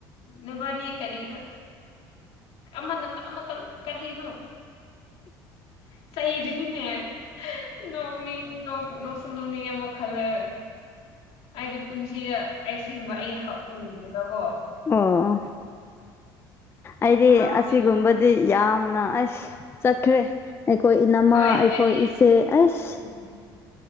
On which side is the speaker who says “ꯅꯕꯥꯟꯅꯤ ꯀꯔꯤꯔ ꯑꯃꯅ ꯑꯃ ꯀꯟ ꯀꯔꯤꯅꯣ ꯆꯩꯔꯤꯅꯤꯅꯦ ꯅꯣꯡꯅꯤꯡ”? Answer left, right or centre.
Left